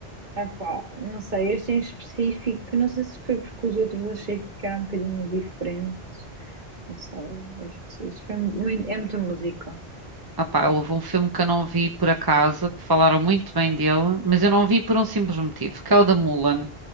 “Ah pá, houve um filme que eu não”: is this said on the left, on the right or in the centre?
Right